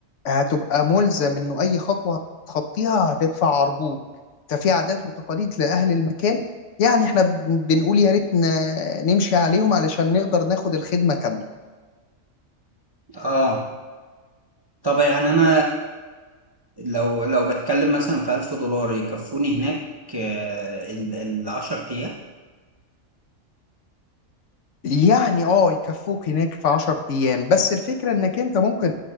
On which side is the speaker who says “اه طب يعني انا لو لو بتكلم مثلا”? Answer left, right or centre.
Right